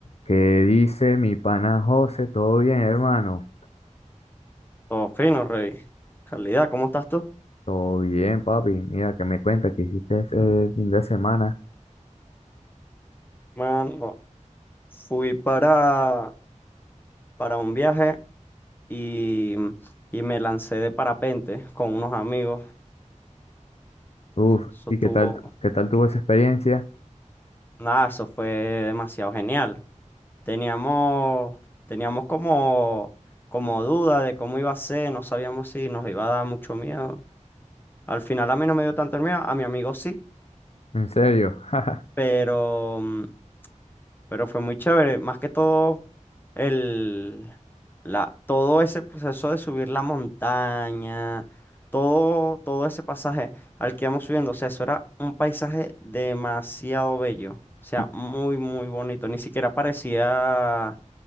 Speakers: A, on the left; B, on the left.
A: ¿Qué dice mi pana José? ¿Todo bien, hermano?
B: Todo fino, Rey. Calidad, ¿cómo estás tú?
A: Todo bien, papi. Mira, que me cuenta que hiciste ese fin de semana.
B: Mano, fui para, para un viaje y, y me lancé de parapente con unos amigos.
A: Uf,
B: Eso
A: ¿y
B: estuvo,
A: qué tal, qué tal tuvo esa experiencia?
B: nada, eso fue demasiado genial. Teníamos, teníamos como, como duda de cómo iba a ser, no sabíamos si nos iba a dar mucho miedo. Al final a mí no me dio tanto el miedo, a mi amigo sí,
A: ¿En serio? <laughs>
B: pero mm, pero fue muy chévere. Más que todo, el, la, todo ese proceso de subir la montaña, todo, todo ese pasaje al que íbamos subiendo, o sea, eso era un paisaje demasiado bello, o sea,
A: Y-
B: muy, muy bonito. Ni siquiera parecía